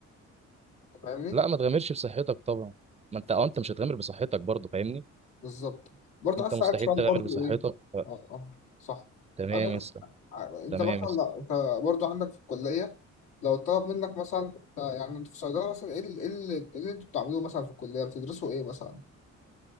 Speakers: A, on the left; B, on the right.
A: انت فاهمني
B: لا ما تغامرش بصحتك طبعا ما انت اه انت مش هتغامر بصحتك برضه فاهمني
A: بالظبط برضه
B: انت
A: عايز اسالك
B: مستحيل
A: سؤال
B: تغامر
A: برضه
B: بصحتك
A: ايه
B: ف-
A: اه اه صح
B: تمام
A: انا
B: يا اسطى
A: ع- انت
B: تمام
A: مثلا
B: يا اسطى
A: لو انت برضه عندك في الكليه لو طلب منك مثلا يعني انت في الصيدله مثلا ايه ال- ايه ال- إيه اللي انتوا بتعملوه مثلا في الكليه بتدرسوا ايه مثلا